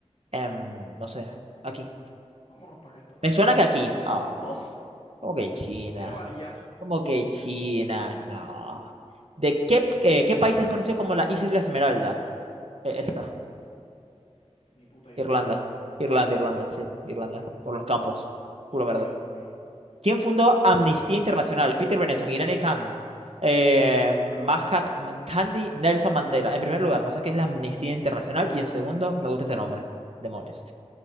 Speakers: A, on the right; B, on the left.
A: Em, no sé. Aquí.
B: vámonos para acá esta
A: Me
B: vez.
A: suena que aquí. Ah,
B: ¡Vámonos!
A: ¿cómo que China?
B: ¡Qué varillazo!
A: ¿Cómo que China? No. ¿De qué, eh, qué país es conocido como la Isla Esmeralda? Eh, esta.
B: Ni puta idea,
A: Irlanda,
B: la verdad.
A: Irlanda, Irlanda, sí, Irlanda, por los campos, puro
B: Ok,
A: verde.
B: ok.
A: ¿Quién fundó Amnistía Internacional? Peter Benenson, Irene Kam, eh, Mahatma Gandhi, Nelson Mandela. En primer lugar, no sé qué es la Amnistía Internacional y en segundo, me gusta este nombre. Demonios.